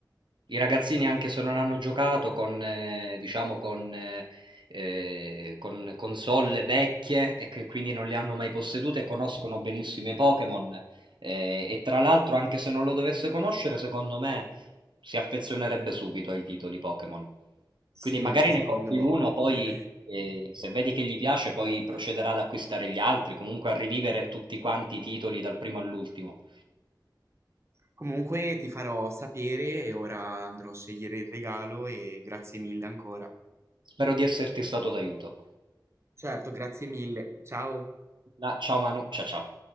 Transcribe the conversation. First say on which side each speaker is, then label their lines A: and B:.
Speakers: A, on the right (about 90°); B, on the right (about 35°).
A: I ragazzini, anche
B: Mm?
A: se non hanno giocato con, eh, diciamo, con, eh, eh, con console vecchie e che quindi non le hanno mai possedute, conoscono benissimo i Pokémon. Eh, e tra l'altro, anche se non lo dovesse conoscere, secondo me si affezionerebbe subito ai titoli Pokémon.
B: Sì,
A: Quindi magari
B: anche secondo
A: ne compri
B: me.
A: uno, poi
B: <clears throat>
A: eh, se vedi che gli piace, poi procederà ad acquistare gli altri, comunque a rivivere tutti quanti i titoli dal primo all'ultimo.
B: Comunque ti farò sapere e ora andrò a scegliere il regalo e grazie mille ancora.
A: Spero di esserti stato d'aiuto.
B: Certo, grazie mille. Ciao.
A: Da- ciao Manu, ciao ciao.